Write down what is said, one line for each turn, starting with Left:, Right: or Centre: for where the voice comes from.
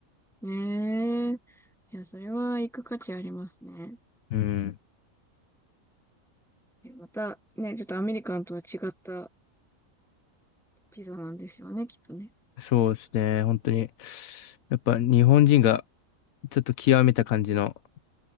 Centre: ええいや、それは行く価値ありますね。
Left: うん、
Centre: えまた、ね、ちょっとアメリカンとは違ったピザなんですよね、きっとね。
Left: そうですね。本当に。やっぱ日本人がちょっと極めた感じの、